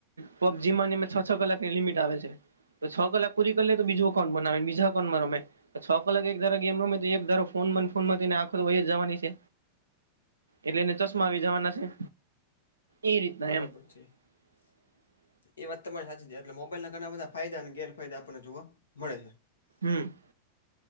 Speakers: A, on the right (about 75°); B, on the left (about 70°).
A: પબજી ની છ છ કલાકની લિમિટ આવે છે તો છ કલાક પૂરી કરી લે તો બીજું અકાઉ બનાવેને બીજા અકાઉન્ટમાંમે છ કલાક એક ધારા ગમ રમે એક ધારો ફોન મન ફોનમાંને આખો તો વહી જવાની છે એટલે એને ચશ્મા આવી જવાના છે એ રીતના
B: બરાબર
A: એમ
B: છે
A: <inaudible>
B: એ વાત તમારી સાચી છે એટલે મોબાઈલ ના ઘણા બધા ફાયદા અને ગેરફાયદા આપણને જોવા મળે છે
A: હ